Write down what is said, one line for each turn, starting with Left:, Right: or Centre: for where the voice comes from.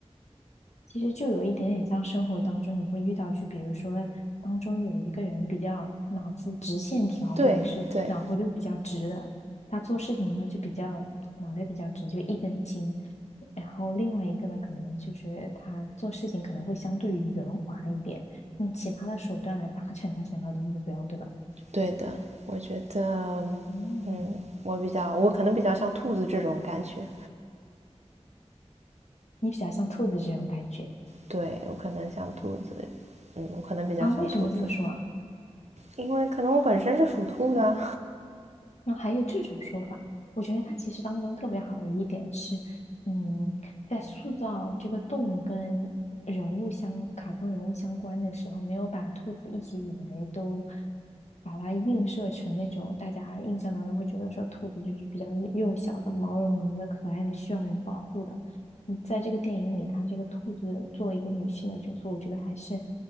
Left: 其实就有一点点像生活当中你会遇到，就比如说当中有一个人比较脑子直线条，
Right: 对对
Left: 或者是脑回路比较直的，他做事情呢就比较脑袋比较直，就一根筋。然后另外一个呢，可能就是他做事情可能会相对于圆滑一点，用其他的手段来达成他想要的目标，对吧？
Right: 对的，我觉得
Left: 嗯。
Right: 我比较，我可能比较像兔子这种感觉。
Left: 你比较像兔子这种感觉
Right: 对我可能像兔子，嗯，我可能比较像兔子，
Left: 啊？为什么这么说啊？
Right: 因为可能我本身是属兔的。
Left: 那还有这种说法，我觉得它其实当中特别好的一点是，嗯，在塑造这个动物跟人物相、卡通人物相关的时候，没有把兔子一直以来都把它映射成那种大家印象当中会觉得说兔子就是比较幼小的、毛茸茸的、可爱的、需要人保护的。嗯在这个电影里，他这个兔子作为一个女性的角色，我觉得还是